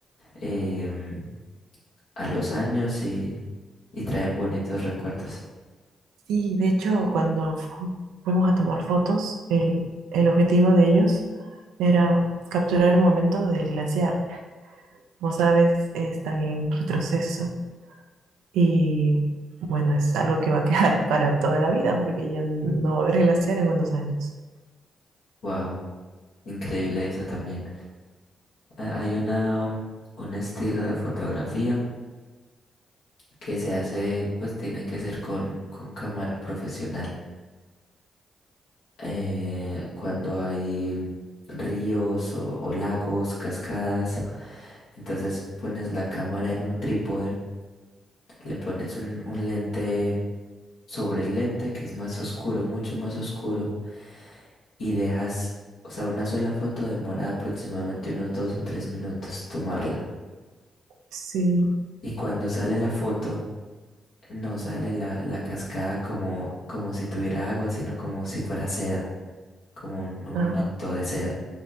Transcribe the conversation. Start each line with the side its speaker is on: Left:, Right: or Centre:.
Left: em, a los años y, y traen bonitos recuerdos.
Right: Sí, de hecho, cuando fu- fuimos a tomar fotos, el, el objetivo de ellos era capturar el momento del glaciar. Como sabes, están en retroceso y bueno, es algo que va a quedar <laughs> para toda la vida porque ya no va a haber glaciar en unos años.
Left: Wow, increíble eso también. a- hay una, mm, un estilo de fotografía que se hace, pues tiene que ser con, con cámara profesional. Eh, cuando hay ríos o, o lagos, cascadas, entonces pones la cámara en un trípode, le pones un, un lente sobre el lente que es más oscuro, mucho más oscuro, y dejas, o sea, una sola foto demora aproximadamente unos dos o tres minutos tomarla.
Right: Sí,
Left: Y cuando sale la foto, no sale la, la cascada como, como si tuviera agua, sino como si fuera seda, como un, un
Right: ah,
Left: manto de seda.